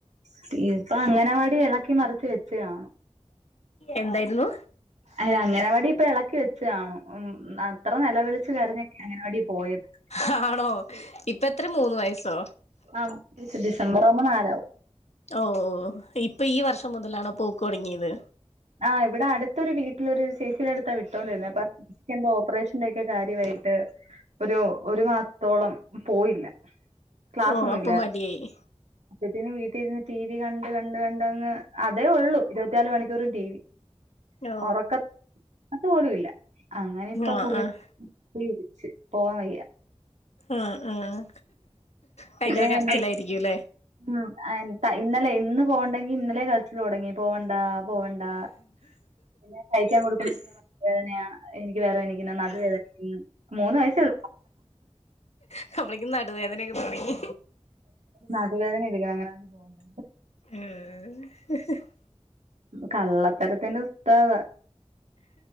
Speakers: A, on the right; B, on the left.
A: ട്ടീ പ്പ അങ്ങനവാടി ഇളക്കി മറിച്ച് വെച്ചാകാണ-
B: എന്തയ്രുന്നു?
A: അല അങ്ങനവാടി പ്പ ഇളക്കി വെച്ച കാണും, ഉം അത്ര നെലവിളിച്ച് കരഞ്ഞ അങ്ങനവാടി പോയത്.
B: ഹാണോ? ഇപ്പത്ര മൂന്ന് വയസ്സോ?
A: ആ ഡിസ ഡിസംബറാവുമ്പൊ നാലാവും.
B: ഓഹ് ഇപ്പ ഈ വർഷം മുതലാണോ പോക്കൊട്ങ്ങ്യത്?
A: ആഹ് ഇവിടാ അടുത്തൊരു വീട്ടിലൊരു ചേച്ചിടട്ത്താ വിട്ടോണ്ടിരുന്നേ അപ്പ കെന്തോ ഓപ്പറേഷന്റെ ക്കെ കാര്യവായിട്ട്. ഒരു ഒരു മാസ്ത്തോളം പോയില്ല. ക്ലാസ്സ്
B: ഓ
A: ഒന്നുംമില്ലായിരുന്നു
B: അപ്പൊ മടിയായി
A: അപ്പത്തേനും വീട്ടിൽ ഇരുന്ന് ടി വി കണ്ട് കണ്ട് കണ്ടങ്ങ് അതേ ഉള്ളു ഇരുപത്തിനാലു മണിക്കൂറും ടി വി
B: ഓ
A: ഉറക്കത്തു പോലും ഇല്ല അങ്ങനെ ഇപ്പൊ
B: ആഹ്
A: പുള്ളി
B: ആഹ്
A: <unintelligible> പിടിച്ചു പോവാൻ വയ്യ
B: ആഹ് ആഹ് ഭയങ്കര
A: കെട്ടിയോനെന്തി
B: കരച്ചിലായിരിക്കും അല്ലേ
A: ഉംഹ് ഇന്നലെ ഇന്ന് പോവണ്ടെങ്കി ഇന്നലേ റെസ്റ്റ് തുടങ്ങി പോവണ്ടാ പോവണ്ടാ പിന്നെ കഴിക്കാൻ കൊടു വേദനയാ എനിക്ക് വേറെ എണീക്കണം നടുവേദനിക്കും മൂന്ന് വയസേയുള്ളു
B: അപ്പോത്തേക്കും നടുവേദനയൊക്കെ തുടങ്ങി
A: നടുവേദന എടുക്കണ് അങ്ങനാണെ പോവണ്ട
B: മ്ഹ്
A: കള്ളത്തരത്തിന്റെ ഉസ്താദാ